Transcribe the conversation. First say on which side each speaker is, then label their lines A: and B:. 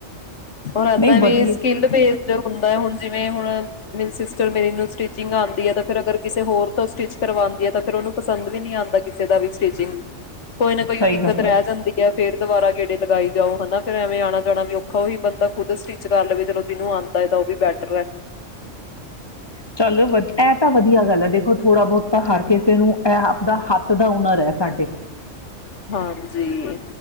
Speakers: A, on the left; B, on the left.
A: ਹੋਰ ਏਦਾਂ
B: ਨਹੀਂ ਵਧੀਆ।
A: ਵੀ ਸਕਿੱਲ ਬੇਸਡ ਹੁੰਦਾ ਹੁਣ। ਜਿਵੇਂ ਹੁਣ ਮੇਰੀ ਸਿਸਟਰ ਮੇਰੀ ਨੂੰ ਸ ਜੀਨੀ ਆਉਂਦੀ ਹੈ, ਤਾਂ ਫਿਰ ਅਗਰ ਕਿਸੇ ਹੋਰ ਕੋ ਸਟਿ ਕਰਵਾਉਂਦੀ ਹੈ। ਤਾਂ ਫਿਰ ਉਹਨੂੰ ਪਸੰਦ ਵੀ ਨਹੀਂੀ ਆਉਂਦਾ ਕਿਸੇ ਦਾ ਵੀ ਸਟਿਚਿੰਗ ਕੋਈ ਨਾ ਕੋਈ
B: ਸਹੀ
A: ਦਿੱਕਤ
B: ਗੱਲ
A: ਰਹਿ
B: ਹੈ।
A: ਜਾਂਦੀ ਹੈ। ਫੇਰ ਦੁਬਾਰਾ ਗੇੜੇ ਲਗਾਈ ਜਾਓ, ਹਨਾ ਫੇਿਰ ਐਵੇਂ ਆਉਣਾ ਜਾਣਾ ਵੀ ਔਖਾ ਉਹੀ ਬੰਦਾ ਖੁਦ ਸਟਿਚ ਕਰ ਲਵੇ ਚਲ ਜਹਨੂੰ ਆਉਂਦਾ ਹੈ, ਤਾਂ ਉਹ ਵੀ ਬੈਟਰ ਹੈ।
B: ਚੱਲ ਵ ਇਹ ਤਾਂ ਵਧੀਆ ਗੱਲ ਹੈ, ਦੇਖੋ ਥੋੜਾ ਬਹੁਤ ਤਾਂ ਹਰ ਕਿਸੇ ਨੂੰ ਇਹ ਆਪਦਾ ਹੱਥ ਦਾ ਹੁਨਰ ਹੈ। ਸਾਡੇ।
A: ਹਾਂਜੀ